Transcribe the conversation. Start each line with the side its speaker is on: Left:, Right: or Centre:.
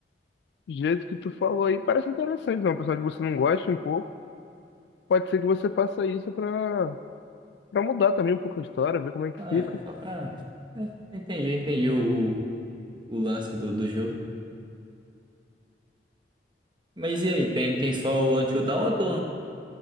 Left: do jeito que tu falou aí parece interessante, não? Apesar de você não gosta um pouco, pode ser que você faça isso para para mudar também um pouco a história, ver como é que
Right: Ah,
Left: fica.
Right: é, só pra. É, entendi, entendi o, o, o lance do, do jogo. Mas e aí, tem, tem só o Until Dawn ou tu,